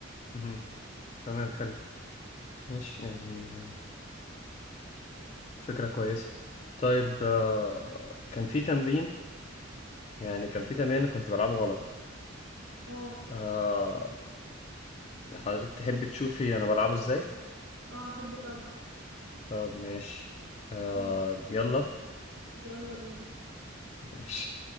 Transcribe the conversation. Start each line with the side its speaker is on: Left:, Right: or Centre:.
Left: مهم. تمام حلو ماشي يعني آه، فكرة كويسة طيب آه، كان في تمرين يعني كان في تمرين انا كنت بلعبه غلط
Right: اه
Left: آه، حضرتك تحب تشوفي انا بلعبه ازاي
Right: اه احب طبعا
Left: طب ماشي آه،
Right: مم.
Left: يلا
Right: يلا بينا
Left: ماشي